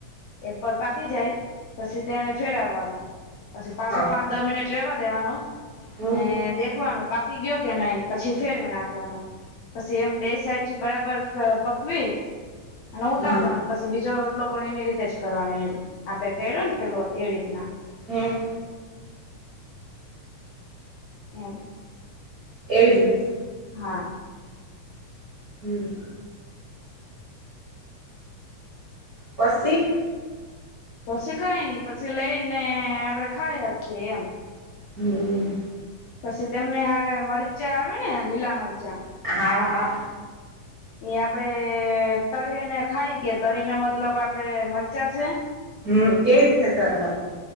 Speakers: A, on the left (about 80°); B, on the right (about 65°).
A: એક પર પાકી જાય પછી તેને ફેરવાનો. પછી પાસો
B: હા
A: પાંચ દ મિનિટ રહેેવા દેવાનો
B: હમ
A: ને દેખવાનું પાકી ગયો કે નહીં. પછી ફેરવી નાખવાનો. પછી એમ બે સાઈડથી બરાબર પકવી. અને ઉતાર
B: હા
A: લેવાનો પછી બીજો રોટલો પણ એની રીતે જ કરવાનો એમ આપડે કર્યો ને પેલો એવી રીતના.
B: હમ.
A: એમ.
B: એવી રીતના.
A: હા.
B: હમ. પસી?
A: પછી કઇ નહીં પછી લઈને આપડે ખાઈ હકીએ એમ.
B: હમ.
A: પછી તેમને હારે મરચાં આવે ને લીલા મરચાં?
B: હા હા.
A: એ આપણેે તળીને ખાઈ કે તરી ને મતલબ આપડે મરચાં છે.
B: હમ કેવી રીતે તરવાના?